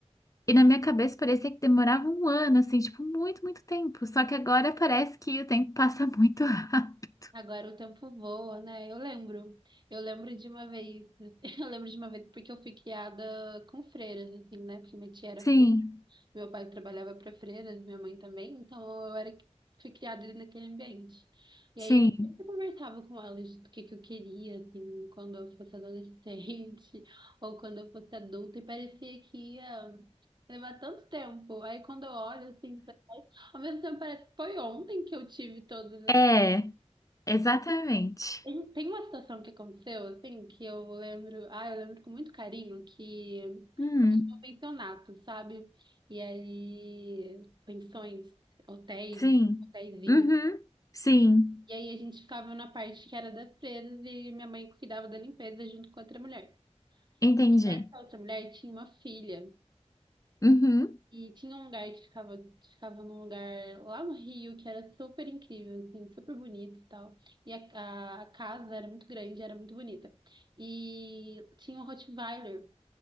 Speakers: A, on the left (about 30°); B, on the right (about 40°).
A: E na minha cabeça parecia que demorava um ano, assim, tipo, muito, muito tempo. Só que agora parece que o tempo passa muito <laughs> rápido.
B: Agora o tempo voa, né? Eu lembro. Eu lembro de uma vez, <laughs> eu lembro de uma vez porque eu fui criada com freiras, assim, né? Porque minha tia era,
A: Sim,
B: fre- meu pai trabalhava para freiras, minha mãe também, então eu era, fui criada ali naquele ambiente. E
A: sim.
B: aí eu sempre conversava com elas do que que eu queria, assim, quando eu fosse adolescente <laughs> ou quando eu fosse adulta, e parecia que ia levar tanto tempo. Aí quando eu olho, assim, pra trás, ao mesmo tempo parece que foi ontem que eu tive todas
A: É, exatamente.
B: tem tem uma situação que aconteceu, assim, que eu lembro, ah, eu lembro com muito carinho que eu
A: Hum,
B: tinha um pensionato, sabe? E aí, pensões, hotéis,
A: sim.
B: hotéisinhos.
A: Uhum, sim.
B: E aí a gente ficava na parte que era das presas e minha mãe cuidava da limpeza junto com outra mulher.
A: Entendi.
B: Essa outra mulher tinha uma filha.
A: Uhum.
B: E tinha um lugar que ficava, ficava num lugar lá no Rio que era super incrível, assim, super bonito e tal. E a, a casa era muito grande, era muito bonita. E tinha um Rottweiler.